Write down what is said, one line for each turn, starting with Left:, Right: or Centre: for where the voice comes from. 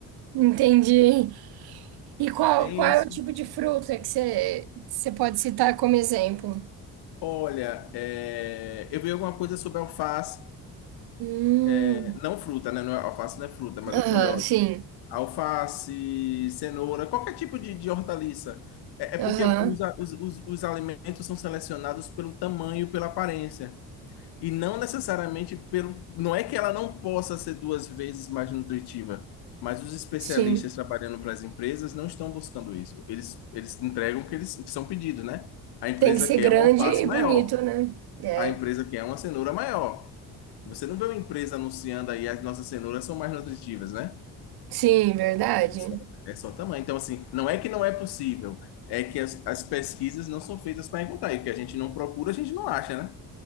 Right: Entendi. E qual,
Left: <laughs> Tem
Right: qual é
Left: isso.
Right: o tipo de fruta que você você pode citar como exemplo?
Left: Olha, é, eu vi alguma coisa sobre alface.
Right: Hum,
Left: É, não fruta, né? Não é- alface não é fruta, mas
Right: aham,
Left: é folhosa.
Right: sim.
Left: Alface, cenoura, qualquer tipo de, de hortaliça. É, é porque
Right: Aham,
Left: os, a- os, os, os alimentos são selecionados pelo tamanho, pela aparência. E não necessariamente pelo. Não é que ela não possa ser duas vezes mais nutritiva, mas os especialistas
Right: sim.
Left: trabalhando para as empresas não estão buscando isso. Eles, eles entregam o que, eles, o que são pedidos, né? A empresa
Right: Tem que ser
Left: quer
Right: grande
Left: um alface
Right: e
Left: maior,
Right: bonito, né? É.
Left: a empresa quer uma cenoura maior. Você não vê uma empresa anunciando aí as nossas cenouras são mais nutritivas, né?
Right: Sim, verdade.
Left: É só, é só tamanho. Então, assim, não é que não é possível, é que as, as pesquisas não são feitas para encontrar. E o que a gente não procura, a gente não acha, né?